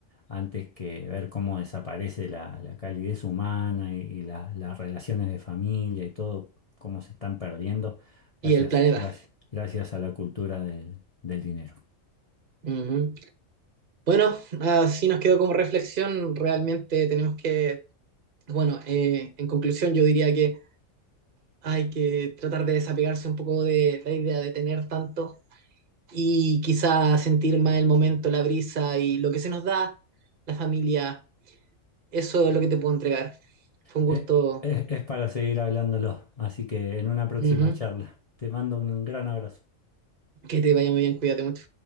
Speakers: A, on the left (about 30°); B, on the right (about 45°).
A: antes que ver cómo desaparece la, la calidez humana y, y la- las relaciones de familia y todo, cómo se están perdiendo gracias,
B: y el planeta?
A: gracias, gracias a la cultura del, del dinero.
B: Ujú. Bueno, así nos quedó como reflexión. Realmente tenemos que, bueno, eh, en conclusión yo diría que hay que tratar de desapegarse un poco de la idea de tener tanto y quizá sentir más el momento, la brisa y lo que se nos da, la familia. Eso es lo que te puedo entregar. Fue un
A: Eh,
B: gusto.
A: es es para seguir hablándolo, así que en una próxima
B: Ujú.
A: charla. Te mando un gran abrazo.
B: Que te vaya muy bien, cuídate mucho.